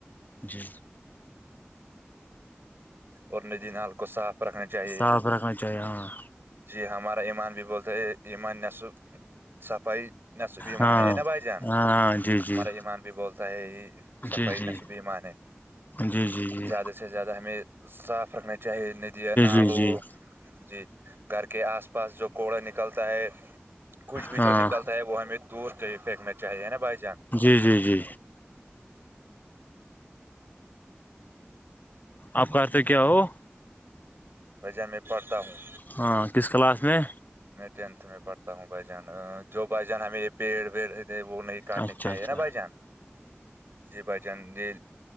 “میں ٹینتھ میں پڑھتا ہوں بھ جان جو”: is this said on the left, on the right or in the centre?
Right